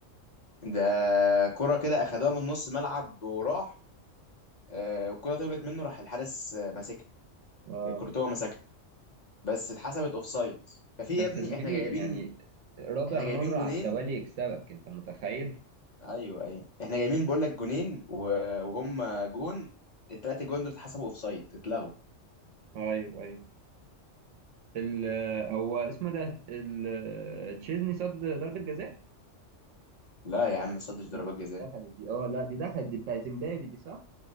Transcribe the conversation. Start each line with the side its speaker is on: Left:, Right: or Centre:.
Left: ده كرة كده اخدوها من نص ملعب وراح آه والكرة طولت منه راح الحارس آه، ماسكها
Right: اه
Left: كورتوا ماسكها بس اتحسبت اوفسايد ففي
Right: بس
Left: يا ابني
Right: يا زميلي
Left: احنا جايبين
Right: يعني رابع
Left: احنا جايبين
Right: مره
Left: جونين
Right: على التوالي يكسبك انت متخيل
Left: ايوه ايوه احنا جايبين بقول لك جونين و- وهم جون التلاتة جون دول اتحسبوا اوفسايد اتلغوا
Right: ايوه ايوه ال- هو اسمه ده ال- تشيزني صد ضربة جزاء
Left: لا يا عم صدش ضربات
Right: دي
Left: جزاء
Right: دخلت دي اه لا دي دخلت دي بتاعت امبابي دي صح؟